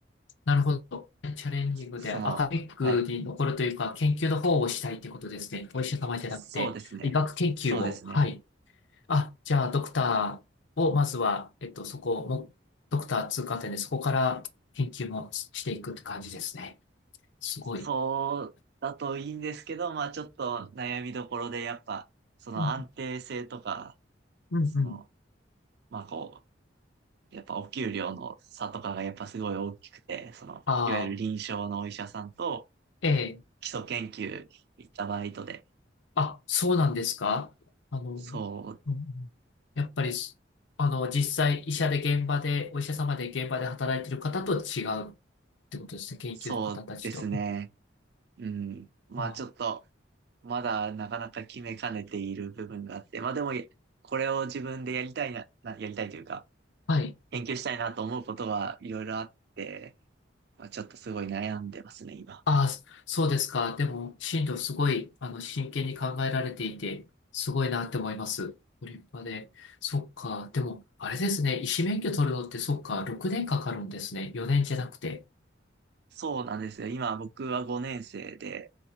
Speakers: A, on the left; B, on the right.
A: なるほど。チャレンジングでアカデミックに残るというか、
B: その、はい、
A: 研究の方をしたいってことですね。お医者様じゃなくて、
B: そうですね。
A: 医学研究を。
B: そうですね。
A: はい。あ、じゃあ、ドクターを、まずは、えっと、そこも、ドクター通過点で、そこから研究もしていくって感じですね。すごい。
B: そうだといいんですけど、まあちょっと悩みどころでやっぱ、その安定性とか、
A: うん、うん、
B: その
A: うん。
B: まあこう、やっぱお給料の差とかがやっぱすごい大きくて、その、
A: ああ、
B: いわゆる臨床のお医者さんと
A: ええ。
B: 基礎研究行ったバイトで、
A: あ、そうなんですかあの、うんうんやっぱりす、
B: そう、
A: あの、実際、医者で現場で、お医者様で現場で働いてる方と違うってことですね。研究の方たちと。
B: そうですね。うん。まあちょっと、
A: あ、
B: まだなかなか決めかねている部分があって、まあでも、これを自分でやりたいな、なやりたいというか、
A: はい。
B: 研究したいなと思うことはいろいろあって、まあちょっとすごい悩んでますね、今。
A: ああ、そそうですか。でも、進路すごい、あの、真剣に考えられていて、すごいなって思います。ご立派で。そっか。でも、あれですね。医師免許取るのって、そっか、6年かかるんですね。4年じゃなくて。
B: そうなんですよ。今僕は5年生で、